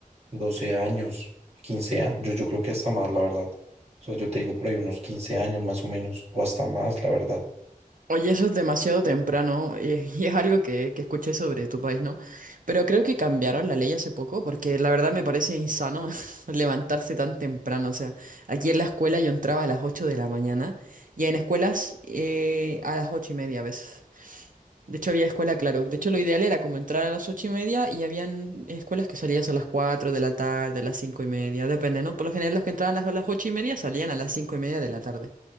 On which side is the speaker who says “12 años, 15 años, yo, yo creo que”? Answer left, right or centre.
Right